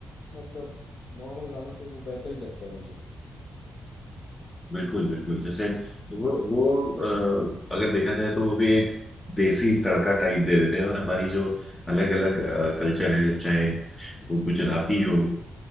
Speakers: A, on the left; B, on the left.
A: मतलब नॉर्मल गानों से वो बेहतर ही लगता है मुझे
B: बिल्कुल बिल्कुल जैसे वो वो अ, अगर देखा जाए तो वो भी एक देसी तड़का टाइप दे देते हैं और हमारी जो अलग अलग कल्चर है चाहे वो गुजराती हो